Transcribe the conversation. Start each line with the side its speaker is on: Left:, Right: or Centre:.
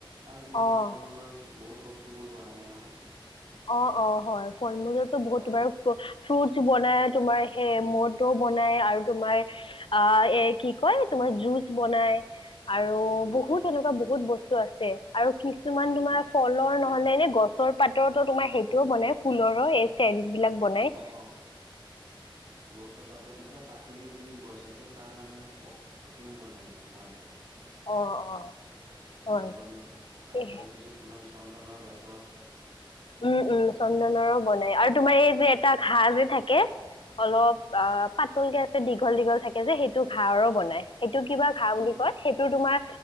Right: আৰু তোমাৰ
Left: অঁ
Right: ফল-মূলৰ বহুত বস্তু বোৰ বনাই নহয়।
Left: অ', অ' হয় ফল মূলো বহুত
Right: ফল
Left: বাৰ ফ্ৰুটছ বনাই তোমাৰ সেই মদ বনাই আৰু তোমাৰ আ এ কি কয় তোমাৰ জুচ বনাই। আৰু
Right: উম, উম,
Left: বহুত এনেকুৱা বহুত বস্তু আছে আৰু। কিছুমান তোমাৰ
Right: উম,
Left: ফলৰ নহলে এনে গছৰ পাতৰো তোমাৰ সেইটোও বনাই। ফুলৰো এইচেণ্ট বিলাক বনাই।
Right: অ', গছৰ পাতৰ এটা কাঠলি বুলি গছ আছে তাৰ মানে পাৰফিউম বনাই তোমাৰ।
Left: অঁ অঁ হয়
Right: মদন আ
Left: এহ
Right: তাৰ পিছত তোমাৰ চন্দনৰ গাছৰ
Left: উম, উম চন্দনৰো বনাই আৰু তোমাৰ এই যে এটা ঘাঁহ যে থাকে অলপ আ- পাতল কে আছে দীঘল দীঘল থাকে যে সেইটো ঘাঁহ বনাই সেইটো কিবা ঘাঁহ
Right: কি
Left: বুলি কয়? সেইটো তোমাৰ